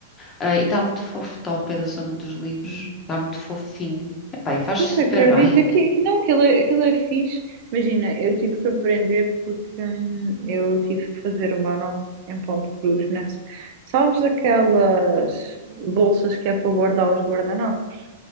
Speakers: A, on the left (about 25°); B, on the right (about 50°).
A: Ah, e está muito fofo, está ao pé da zona dos livros.
B: hum,
A: Está muito fofinho. Epá, e faz
B: pois
A: super
B: acredita
A: bem.
B: que, que não, aquilo é, aquilo é fixe. Imagina, eu tive que aprender porque hum, eu tive que fazer o meu nome em ponto cruz nessa. Sabes aquelas bolsas que é para guardar os guardanapos?